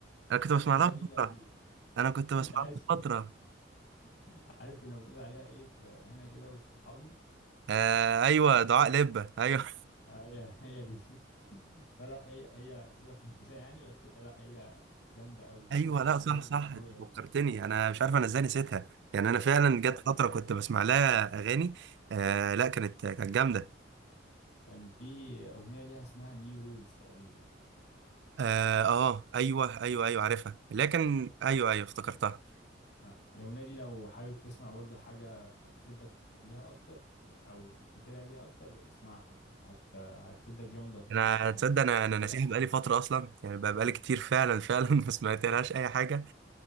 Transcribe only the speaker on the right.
انا كنت بسمع
لها
من فتره
انا
كنت بسمع
لها من فتره
آه ايوه دعاء لبه ايوه
ايوه
لا
صح صح
انت
فكرتني انا مش عارف انا ازاي نسيتها يعني انا فعلا جت
فتره كنت بسمع لها اغاني آه لا كانت كانت جامده
اه, آه ايوه ايوه ايوه عارفها لكن ايوه ايوه افتكرتها
انا
تصدق انا انا ناسيها
بقالي
فتره اصلا يعني بقى- بقالي كتير فعلا فعلا <laughs> ما سمعتلهاش اي حاجه